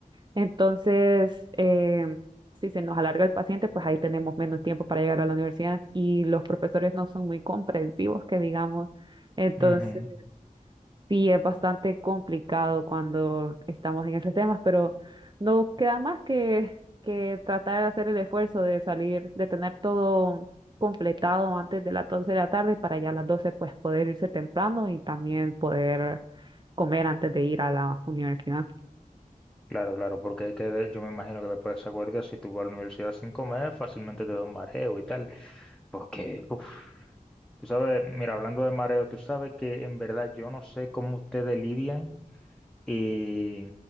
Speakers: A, on the right; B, in the centre.
A: entonces, em, si se nos alarga el paciente, pues ahí tenemos menos tiempo para llegar a la universidad y los profesores no son muy comprensivos, que digamos. Entonces,
B: Ujú,
A: sí es bastante complicado cuando estamos en esos temas, pero no queda más que, que tratar de hacer el esfuerzo de salir, de tener todo completado antes de las 12 de la tarde para ya a las 12 pues poder irse temprano y también poder comer antes de ir a la universidad.
B: Claro, claro, porque hay que, de- yo me imagino que después de esa guardia, si tú vas a la universidad sin comer, fácilmente te da un mareo y tal. Porque, uf, tú sabes, mira, hablando de mareo, tú sabes que en verdad yo no sé cómo ustedes lidian. Y,